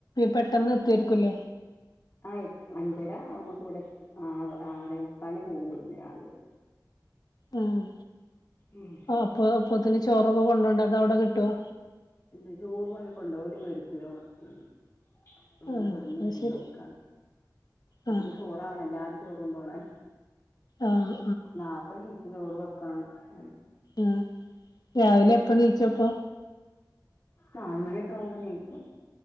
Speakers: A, on the left; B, on the left.
A: പെട്ടെന്ന് എത്തുവാരിക്കും ല്ലേ
B: ആ എത്തും അഞ്ചര ആവുമ്പക്ക് ഇവിടെ എത്തും ആ ആറേ മുക്കാലിന് പോവും ഇബ്ട്ന്ന് രാവിലെ
A: ആഹ്
B: ഉം
A: ആ അപ്പൊ അപ്പോത്തിന് ചോറൊക്കെ കൊണ്ടോണ്ടേ അതവിടെ കിട്ടുവോ
B: ഇല്ല ചോറ് പോയ കൊണ്ടോവ ഓല് വേടിക്കൂല പൊറത്ത്ന്ന് ഓല്
A: ആഹ്
B: ഇബ്ന്ന്
A: അത്
B: കൊണ്ടോക്കാണ്
A: ശരി
B: അപ്പൊക്ക്
A: ആഹ്
B: ചോറാവണം എല്ലാരും ചോറൊണ്ടോണേ
A: ആഹ്
B: നാർത്തെ നീച്ച് ചോറ് വെ <unintelligible>
A: ആ രാവിലെ എപ്പ നീച്ചും അപ്പൊ?
B: നല് മണിയക്കെ ആവുമ്പൊ നീക്കും.